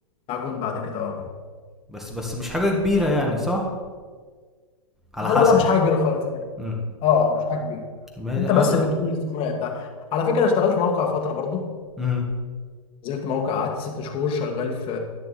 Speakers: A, on the left; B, in the centre.
A: معجون بعد كده اه
B: بس بس مش حاجه كبيره يعني صح على
A: اه
B: حسب
A: لا لا مش حاجه كبيره خالص يعني
B: امم
A: اه آه، مش حاجه كبيره
B: انا
A: انت بس
B: صح
A: بتقول لي الصنايع بتاع على فكره انا اشتغلت موقع فتره برضو
B: امم
A: نزلت موقع قعدت ست شهور شغال في